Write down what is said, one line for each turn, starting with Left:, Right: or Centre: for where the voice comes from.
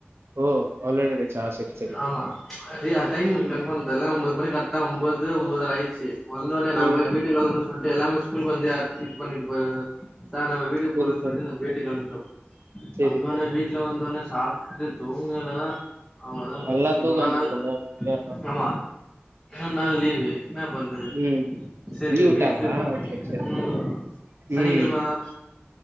Right: ஓ அவ்ளோ நேர அடிச்சா செரி செரி
Centre: ஆமா டைமு
Right: ம்
Centre: கன்ஃபார்ம் தெர்ல ஒம்போது மணி கரெட்டா ஒம்போது ஒம்போதர ஆயிச்சு வந்தோன்னே நா
Right: ம்
Centre: போய் வீட்டுக் கெளம்புறனு சொல்ட்டு எல்லாமே ஸ்கூலுக்கு வந்து இது பண்ணிட்டு போயிருது சார் நம்ம வீட்டு டுக்கு
Right: செரி
Centre: போறோ சொல்ட்டு
Right: செரி
Centre: நாங் வீட்டுக்கு கெளம்பிட்டோ வந்தோனீனே
Right: செரி செரி
Centre: வீட் வீட்ல வந்தோன்னே சாப்ட்டுட்டு தூங்குறதுனா அவ்ளோதா முடிஞ்சச்சு
Right: நல்லா தூக்கோ
Centre: முன்னா
Right: வந்திருக்குமே
Centre: நாள்
Right: உங்களுக்கு
Centre: ஆமா முன்னா நாள் லீவு என்ன பண்றது
Right: ம்
Centre: சரி
Right: லீவ் விட்டாங்களா
Centre: வெயிட்டு
Right: செரி செரி
Centre: ம் சனிக்கெழம
Right: ம்
Centre: தா